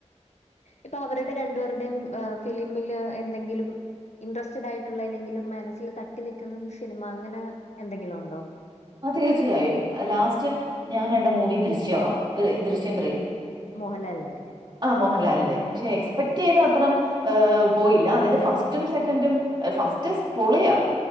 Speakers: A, on the left; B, on the right.
A: ഇപ്പൊ അവരുടെ രണ്ടുപേരുടെയും ഫിലിമില് എന്തെങ്കിലും ഇൻട്രസ്റ്റഡ് ആയിട്ടുള്ള അല്ലെങ്കിലും മനസ്സിൽ തട്ടി നിൽക്കുന്ന സിനിമ അങ്ങനെ എന്തെങ്കിലും ഉണ്ടോ?
B: ആഹ് തീർച്ചയായും. ലാസ്റ്റ് ഞാൻ കണ്ട മൂവി ദൃശ്യവാ ദൃശ്യം ത്രീ.
A: മോഹൻലാലിന്റെ
B: ആഹ് മോഹൻലാലിന്റെ. പക്ഷെ എക്സ്പെക്ട്
A: ആ
B: ചെയ്ത അത്രം ഏഹ് പോയില്ല. അതായത് ഫസ്റ്റും സെക്കൻഡും ഫസ്റ്റ് പൊളിയാ.